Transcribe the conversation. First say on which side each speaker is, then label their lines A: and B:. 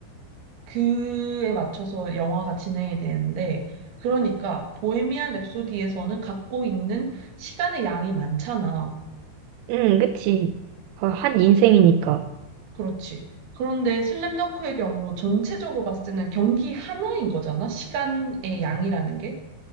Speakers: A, on the right; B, on the right.
A: 그에 맞춰서 영화가 진행이 되는데, 그러니까 보헤미안 랩소디에서는 갖고 있는 시간의 양이 많잖아.
B: 응, 그치. 어, 한 인생이니까.
A: 그렇지. 그런데 슬램덩크의 경우 전체적으로 봤을 때는 경기 하나인 거잖아. 시간의 양이라는 게.